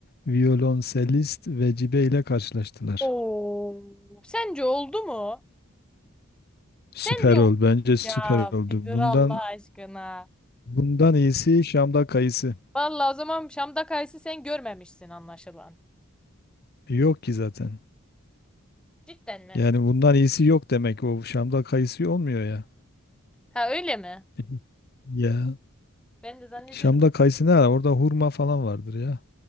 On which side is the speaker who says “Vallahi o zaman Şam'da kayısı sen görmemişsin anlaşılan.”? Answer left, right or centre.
Centre